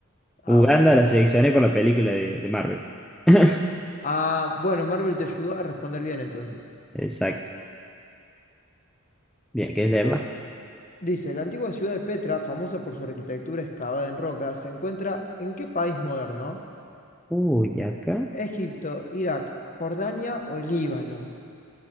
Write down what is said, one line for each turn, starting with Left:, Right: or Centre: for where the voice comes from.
Left: Ah,
Centre: Uganda
Left: bueno.
Centre: la seleccioné por la película de, de Marvel. <laughs>
Left: Ah, bueno, Marvel te ayudó a responder bien entonces.
Centre: Exacto. Bien, ¿querés leerla?
Left: Dice, la antigua ciudad de Petra, famosa por su arquitectura excavada en roca, se encuentra en qué país moderno?
Centre: Uy, acá
Left: Egipto, Irak, Jordania o Líbano.